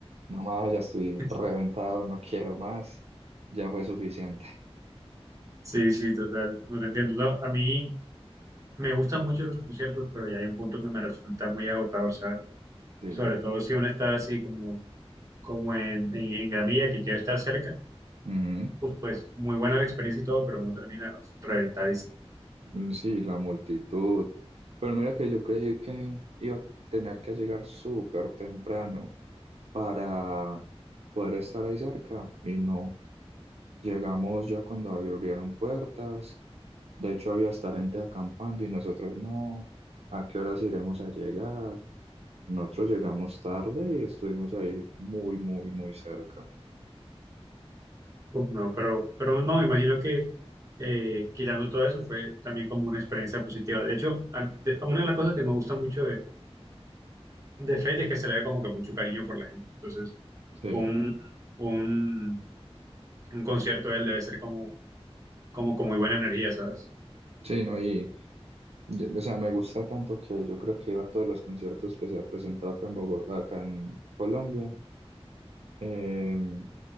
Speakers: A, on the right; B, on the right.
A: mamá, ya estoy
B: <laughs>
A: reventado, no quiero más, ya fue suficiente.
B: Sí, sí, total. No te entiendo. No, a mí me gustan mucho los conciertos, pero ya hay un punto que me resulta muy agotador, ¿sabes?
A: Sí,
B: Sobre todo si uno está así como, como en, en, en gramilla, que quiere estar cerca,
A: ujú,
B: pues, pues muy buena la experiencia y todo, pero uno termina reventado
A: mm, Sí, la multitud. Pero mira que yo creí que iba a tener que llegar súper temprano para poder estar ahí cerca y no. Llegamos ya cuando abrieron puertas. De hecho, había hasta gente acampando y nosotros no. ¿A qué horas iremos a llegar? Nosotros llegamos tarde y estuvimos ahí muy, muy, muy cerca.
B: Pues No, pero, pero no, me imagino que eh, quitando todo eso fue también como una experiencia positiva. De hecho, a- de- una de las cosas que me gusta mucho de, de Fate es que se le ve como que mucho cariño por la gente. Entonces,
A: Sí,
B: un, un, un concierto de él debe ser como, como con muy buena energía, ¿sabes?
A: sí, no, y De- de- o sea, me gusta tanto que yo creo que iba a todos los conciertos que se ha presentado acá en Bogotá, acá en Colombia, eh,